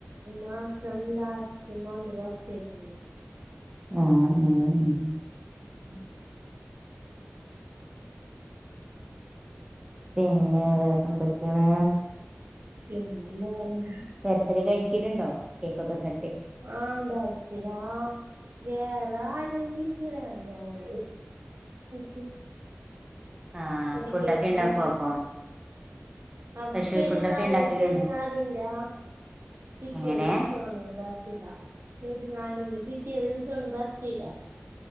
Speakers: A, on the right; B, on the right.
A: ഈ മാസം ലാസ്റ്റ് മോൻ്റെ ബർത്തഡേണ്.
B: ആ ഉം ഉം
A: ഉം
B: പിന്നെ വേക്ക എന്തൊക്കെയാണ്
A: പിന്നെ <unintelligible>
B: ബെർത്ത്ഡേ കഴിക്കലുണ്ടോ കേക്കൊക്കെ ക
A: ആ ബർത്തിടെ വേറെര വിളിക്കക്കില്ല ഞാങ്ങ <unintelligible>
B: ആഹ്
A: ഒരു
B: ഫുഡൊക്കെ
A: കേക്ക്
B: ഉണ്ടാക്കോ
A: മുറി
B: അപ്പൊ
A: ആ
B: സ്പെഷ്യൽ
A: പെരുന്നാള്
B: ഫുഡൊക്കെ ഉണ്ടാക്കലുണ്ടോ
A: പെരുന്നാളിന്റെ ആ പിറ്റേ
B: എങ്ങനെ
A: ദിവസാണ് എന്താ ടാ പെരുന്നാളിൻ്റെ പിറ്റി ദിവസആണ് ഭർത്തിടാ